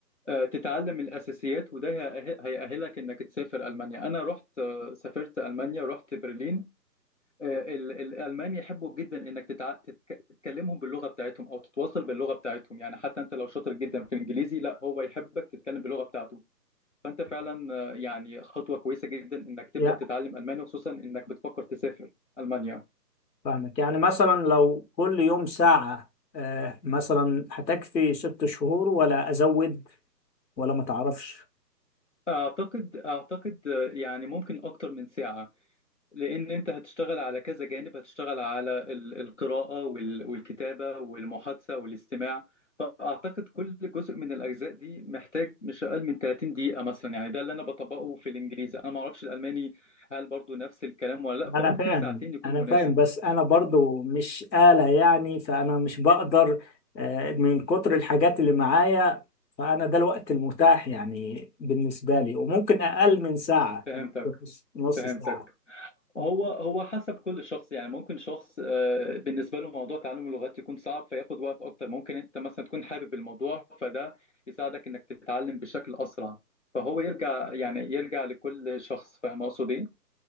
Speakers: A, on the left; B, on the left.
A: آه، تتعلم الأساسيات وده هيأه- هيأهلك إنك تسافر ألمانيا أنا رحت آه، سافرت ألمانيا رحت برلين آه، ال- الألمان يحبوا جدا إنك تتع... تتك... تتكلمهم باللغة بتاعتهم أو تتواصل باللغة بتاعتهم يعني حتى أنت لو شاطر جدا في الإنجليزي لا هو يحبك تتكلم باللغة بتاعته فانت فعلا آه، يعني خطوه كويسه جدا انك تبدا
B: يا
A: تتعلم الماني وخصوصا انك بتفكر تسافر المانيا
B: فاهمك يعني مثلا لو كل يوم ساعه آه، مثلا هتكفي ست شهور ولا ازود ولا ما تعرفش
A: اعتقد اعتقد آه، يعني ممكن اكتر من ساعه لان انت هتشتغل على كذا جانب هتشتغل على ال- القراءه وال- والكتابه والمحادثه والاستماع فاعتقد كل جزء من الاجزاء دي محتاج مش اقل من 30 دقيقه مثلا يعني ده اللي انا بطبقه في الانجليزي انا ما اعرفش الالماني هل برضو نفس الكلام ولا لا فممكن
B: انا فاهم
A: ساعتين يكون
B: انا
A: مناسب
B: فاهم بس انا برضو مش آلة يعني فانا مش بقدر آه، من كتر الحاجات اللي معايا فانا ده الوقت المتاح يعني بالنسبة لي وممكن اقل من ساعة
A: فهمتك
B: نص نص
A: فهمتك
B: ساعة
A: هو هو حسب كل شخص يعني ممكن شخص آه، بالنسبه له موضوع تعلم اللغات يكون صعب فياخد وقت اكتر ممكن انت مثلا تكون حابب الموضوع فده يساعدك انك تتعلم بشكل اسرع فهو يرجع يعني يرجع لكل شخص فاهم اقصد ايه